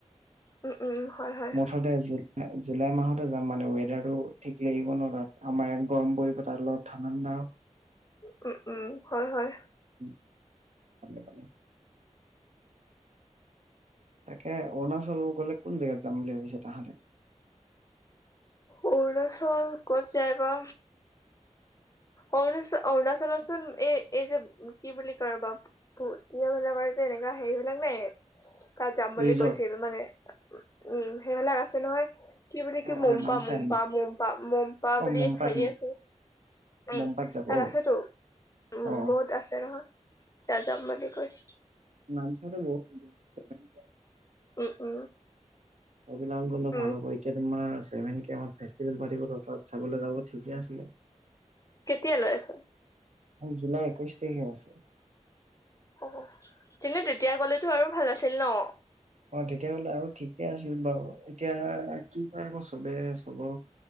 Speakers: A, on the left; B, on the right.
A: উম উম হয় হয়
B: মুঠতে জুলাই মাহতে যাম মানে ৱেডাৰটো ঠিক লাগিব ন তাত আমাৰ ইয়াত গৰম পৰি তাৰ লগত ঠাণ্ডা ঠাণ্ডা
A: উম উম হয় হয়।
B: <unintelligible> <unintelligible> তাকে অৰুণাচল গ'লে কোন জেগাত যাম বুলি ভাবিছে তাহাঁতে।
A: অৰুণাচল ক'ত যায় বা। অৰুণাচ অৰুণাচলত চোন এই এই যে কি বুলি কয় <unintelligible> যে এনেকো হেৰিবিলাক নাই তাত যাম বুলি
B: ৰিজৰ্ট
A: কৈছিল মানে। উম সেইবিলাক আছে নহয়। কি বুলি
B: অ
A: কি
B: অ
A: মপা
B: নামচাই
A: মপা মপা মপা
B: অ
A: বুলি
B: মোমপাত
A: সেই আছে। <unintelligible>
B: মোমপাত যাব
A: তাত
B: অ
A: আছেতো উ
B: অ
A: বহুত আছে ৰ অ যা যাম বুলি কৈছ
B: নামচাইটো <unintelligible>
A: উম উম।
B: সেইবিলাক গ'লে
A: উম
B: ভাল হ'ব এতিয়া তোমাৰ পেমেণ্ট কে আমাৰ ফেছটিভেল পাতিব তহ তাত চাবলৈ যাব ঠিকে আছিলে।
A: কেতিয়া লৈ আছে?
B: জুলাই একৈশ তাৰিখে আছে।
A: অ। তেনে তেতিয়া গ'লেতো আৰু ভাল আ হেল্ল'।
B: অ' তেতিয়াহ'লে আৰু ঠিকে আছিল বাৰু। এতিয়া কি কৰে আকৌ চবে চবৰ